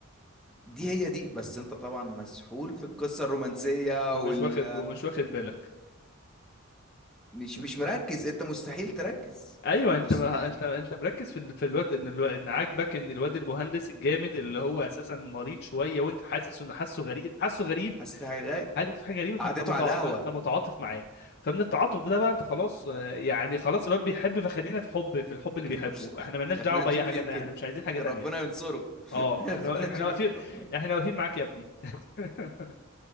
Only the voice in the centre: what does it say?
دي هي دي بس انت طبعا مسحول في القصة الرومانسية
وال
مش
مش مركز انت مستحيل تركز
مستحيل
حاسس في حاجة غير
قعدته
على القهوة
<laughs>
خلينا
نشوف
يمكن
يمكن ربنا ينصره <laughs>
خلينا
نشوف
يمكن ربنا